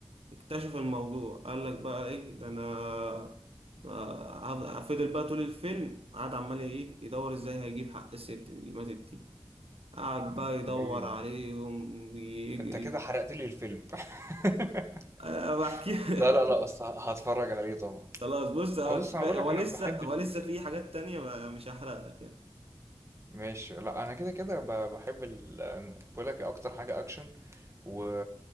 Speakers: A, on the right (about 80°); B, on the right (about 30°).
A: اكتشف الموضوع قال لك بقى ايه ده انا آه، فضل بقى طول الفيلم قعد عمال ايه يدور ازاي هيجيب حق الست اللي ماتت دي قعد بقى
B: اوكي
A: يدور عليهم ويجري
B: انت كده حرقت لي الفيلم <laughs>
A: انا بحكي <laughs>
B: لا لا لا أصل ه- هتفرج عليه طبعا
A: خلاص بص هو
B: بص
A: كفايه
B: انا بقول
A: هو
B: لك انا
A: لسه
B: بحب
A: هو
B: ال...
A: لسه في حاجات تانية بقى مش هحرق لك يعني
B: ماشي لا انا كده كده ب- بحب ال... بقول لك اكتر حاجه اكشن و...